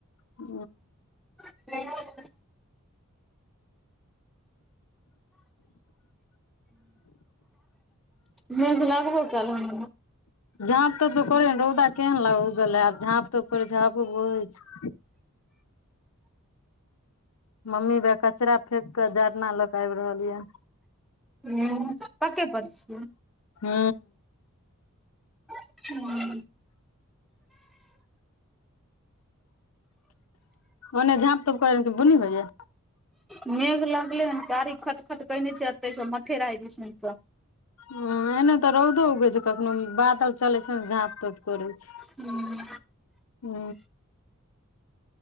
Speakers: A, on the left (about 85°); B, in the centre.
A: आ।
B: <inaudible> मेघ लगबो कैल हें।
A: झाँप तोप तो करै रौदा केहन लाग उगेल रहै, आब झाँप तोप करय छैय, हबो बहय छैय। मम्मी वएह कचरा फेेकके जरना ल के आइब रहल ये।
B: हूँ पकै पर छियै।
A: हू।
B: <inaudible>
A: ओने झाँप तोप करैया की बुनि होइये?
B: मेघ लगले हन कारी खट-खट केयने छैय एते से मथेराइ दिस। <unintelligible>
A: ह एने तऽ रौदो उगै छैय कखनो बादल चलय छैन झाँप तोप करय छैय।
B: हू।
A: हू।